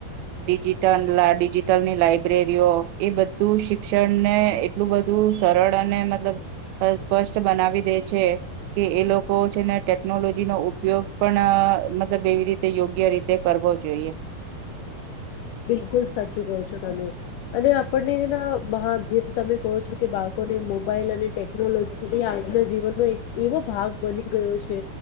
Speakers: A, on the right; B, on the left.
A: લની લાયબ્રેરીઓ એ બધ તું શિક્ષણ ને એટલું બધું સરળ અને મતલબ સ્પષ્ટ બનાવી દે છે કે એ લોકો છે ને ટેકનોલોજી નો ઉપયોગ પણ મતલબ કેવી રીતે યોગ્ય રીતે કરવો જોઈએ
B: બિલકુલ સાચું કહો છો તમે અને આપણનેા જેમ તમે કહો છો કે બાળકોને મોબાઈલ અને ટેકનોલોજી એ આજના જીવનનો એક એવો ભાગ બની ગયો છે